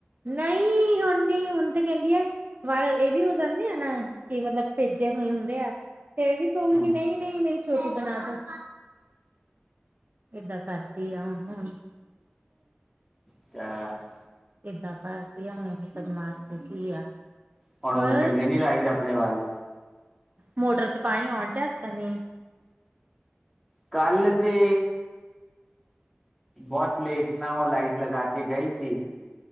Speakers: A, on the right; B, in the centre.
A: ਨਈਂ, ਹੁਣ ਨੀ ਹੁਣ ਤੇ ਕਹਿੰਦੀ ਐ। ਵਾ ਇਹ ਵੀ ਹੋ ਜਾਂਦੀ ਐ ਨਾ ਕਿ ਮਤਲਬ ਭੇਜੇ ਹੋਏ ਹੁੰਦੇ ਆ ਤੇ ਇਹ ਵੀ ਕਹੂਗੀ
B: ਹੂੰ
A: ਕਿ ਨਈਂ। ਨਈਂ, ਮੇਰੀ ਛੋਟੀ ਬਣਾ ਦੋ। ਏਦਾਂ ਕਰਦੀ ਆ ਹਨਾ, ਹੁਣ।
B: <inaudible>
A: ਏਦਾਂ ਘਰ ਕੀ ਆ, ਹੁਣੇ <unintelligible> ਸੁਖੀ ਆ।
B: ਤੁਹਾਨੂੰ
A: ਹੋਰ
B: ਉ ਚੰਗੇ ਨੀ ਲੱਗਦੇ ਆਪਣੇ ਵੱਲ
A: ਮੋਟਰ ਚ ਪਾਣੀ ਔਣ ਡਿਆ ਕੇ ਨਹੀਂ।
B: ਕੱਲ ਤੇ ਬੋਤ ਲੇਟ ਨਾ ਓ ਲਾਈਟ ਲਗਾ ਕੇ ਗਈ ਸੀ।